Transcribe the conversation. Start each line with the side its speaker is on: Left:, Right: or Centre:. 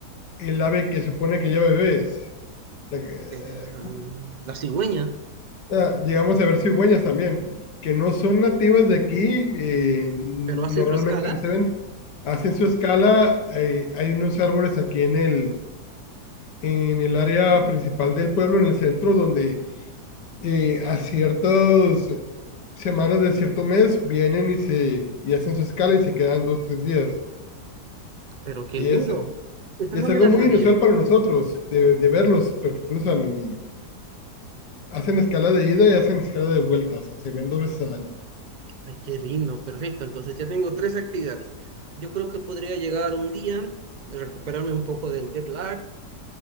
Left: el ave que supone que lleva bebés. La que- eh,
Right: Eh, la cigüeña,
Left: Ah, llegamos a ver cigüeñas también, que no son nativas de aquí, eh, normalmente
Right: pero hacen su escala.
Left: no se ven. Hacen su escala, eh, hay unos árboles aquí en el, en el área principal del pueblo, en el centro, donde eh, a ciertas semanas de cierto mes vienen y, se, y hacen su escala y se quedan dos, tres días.
Right: Pero qué
Left: Y
Right: lindo.
Left: es,
Right: Esa
Left: y
Right: no
Left: es
Right: me
Left: algo
Right: la
Left: muy
Right: sabía.
Left: inusual para nosotros de, de verlos, pero cruzan y hacen escala de ida y hacen escala de vuelta, o sea, se ven dos veces al año.
Right: Ay, qué lindo. Perfecto. Entonces ya tengo tres actividades. Yo creo que podría llegar un día, recuperarme un poco del jet lag